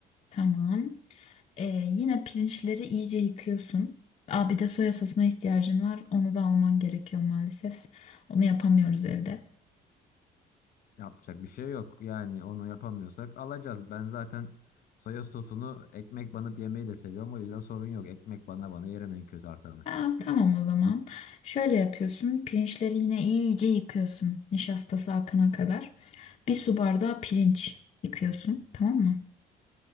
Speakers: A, on the left; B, on the left.
A: Tamam. Ee, yine pirinçleri iyice yıkıyorsun. Aa, bir de soya sosuna ihtiyacın var. Onu da alman gerekiyor maalesef. Onu yapamıyoruz evde.
B: Yapacak bir şey yok yani onu yapamıyorsak alacağız. Ben zaten soya sosunu ekmek banıp yemeyi de seviyorum o yüzden sorun yok. Ekmek bana bana yerim en kötü artanı.
A: Aa, tamam o zaman. Şöyle yapıyorsun. Pirinçleri yine iyice yıkıyorsun. Nişastası akana kadar. Bir su bardağı pirinç yıkıyorsun. Tamam mı?